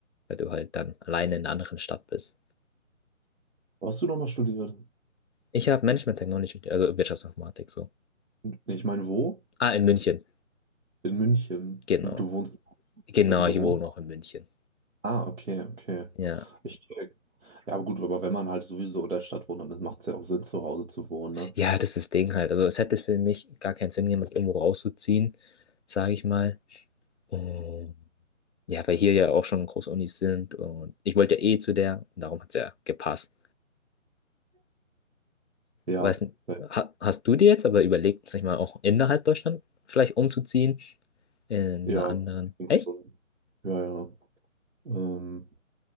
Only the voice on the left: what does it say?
weil du halt dann alleine in einer anderen Stadt bist.
Ich habe Management Technology, also Wirtschaftsinformatik so.
Ah, in München.
Genau.
Genau,
ich
wohne auch in München.
Ja.
Ja, das ist das Ding halt. Also es hätte für mich gar keinen Sinn, jemand irgendwo rauszuziehen, sage ich mal. Und ja, weil hier ja auch schon große Unis sind und ich wollte ja eh zu der, darum hat es ja gepasst.
Weiß nicht,
ha hast du dir jetzt aber überlegt, sag ich mal, auch innerhalb Deutschland vielleicht umzuziehen? In
einer anderen.
Echt?